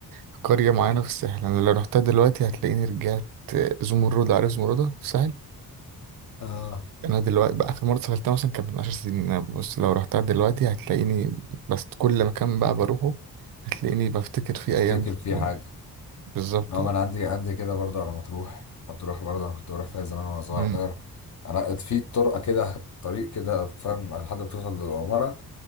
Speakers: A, on the right (about 65°); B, on the left (about 50°).
A: في قريه معينه في الساحل انا لو رحتها دلوقتي هتلاقيني رجعت زمرد عارف زمردة في الساحل
B: اه
A: انا دلوقتي بقى اخر مره سافرتها مثلا كانت من 10 سنين انا بص لو رحتها دلوقتي هتلاقيني بس كل مكان بقى بروحه هتلاقيني بفتكر فيه
B: افتكر
A: ايام زمان.
B: في حاجه
A: بالظبط
B: اه ما انا عندي عندي كده برضه على مطروح مطروح برضه انا كنت بروح فيها زمان وانا صغير
A: مم.
B: انا في طرقه كده طريق كده فاهم لحد ما توصل للعماره